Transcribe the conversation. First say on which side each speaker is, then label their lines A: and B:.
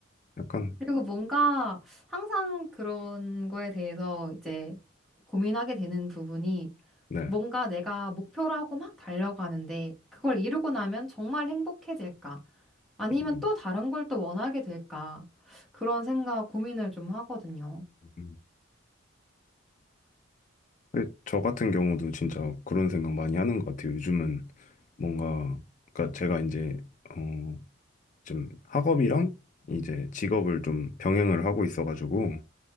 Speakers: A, on the left; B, in the centre.
A: 약간
B: 그리고 뭔가 항상 그런 거에 대해서 이제 고민하게 되는 부분이
A: 네.
B: 뭔가 내가 목표로 하고 막 달려가는데 그걸 이루고 나면 정말 행복해질까? 아니면
A: 음,
B: 또 다른 걸 또 원하게 될까? 그런 생각 고민을 좀 하거든요.
A: 음. 근데 저 같은 경우도 진짜 그런 생각 많이 하는 것 같아요. 요즘은 뭔가, 그러니까 제가 이제, 어, 좀 학업이랑 이제 직업을 좀 병행을 하고 있어가지고